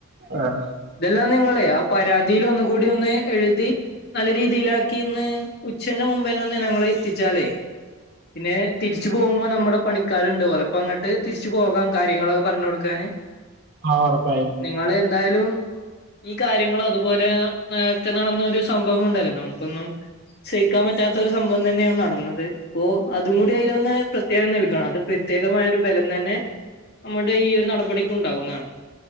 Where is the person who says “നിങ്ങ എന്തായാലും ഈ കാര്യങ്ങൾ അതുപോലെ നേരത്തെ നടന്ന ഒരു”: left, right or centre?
Left